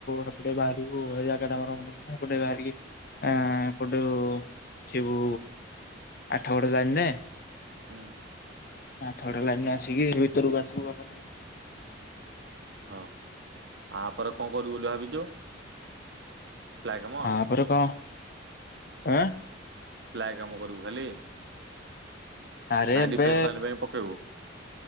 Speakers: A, on the left; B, on the right.
A: ସେପଟେ ବାହାରିବୁ ଏ ଜାଗାଟା ମୋର ମନେ ପଡୁନି ସେପଟେ ବାହାରିକି ଆ ଏପଟୁ ସିବୁ ଆଠଗଡ ଲାଇନରେ।
B: ହୁଁ।
A: ଆଠଗଡ ଲାଇନରେ ଆସିକି ଏ ଭିତୁରୁକୁ ଆସିବୁ <unintelligible>
B: ଓହୋ ଆପରେ କଣ କରିବୁ ବୋଲି ଭାବିଛୁ। ପ୍ଲାଏ କାମ
A: ଆପରେ କ ଆଁ
B: ପ୍ଲାଏ କାମ କରିବୁ ଖାଲି।
A: ଆରେ
B: ନାଇଁ
A: ଏବେ
B: ଡିଫେନ୍ସ ଲାଇନ ପାଇଁ ପକେଇବୁ